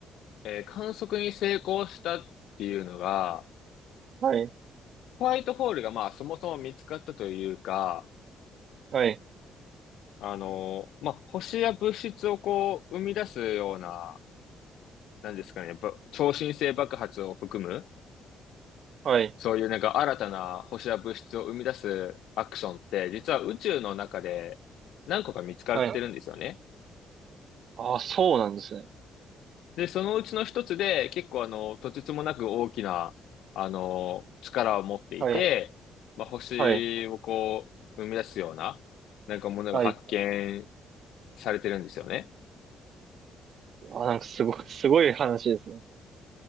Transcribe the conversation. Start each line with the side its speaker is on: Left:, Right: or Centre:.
Left: えー観測に成功したっていうのが、
Right: はい。
Left: ホワイトホールがまあそもそも見つかったというか、
Right: はい。
Left: あの、まあ星や物質をこう生み出すような、なんですかね、やっぱ超新星爆発を含む、
Right: はい。
Left: そういうなんか新たな星や物質を生み出すアクションって、実は宇宙の中で何個か見つかってるんですよね。
Right: はい。ああ、そうなんですね。
Left: で、そのうちの一つで、結構あの、とてつもなく大きな、あの、力を持っていて、
Right: はい。
Left: まあ、星をこう、
Right: はい。
Left: 生み出すような、なんかものが発見
Right: はい。
Left: されてるんですよね。
Right: あ、なんかすごい、すごい話ですね。